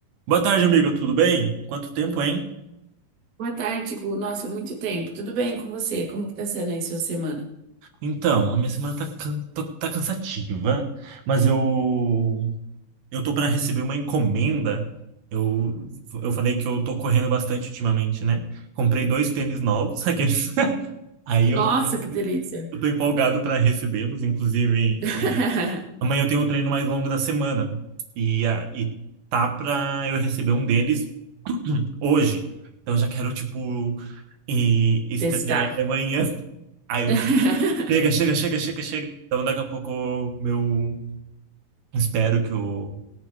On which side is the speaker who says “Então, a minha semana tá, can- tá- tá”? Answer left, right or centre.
Right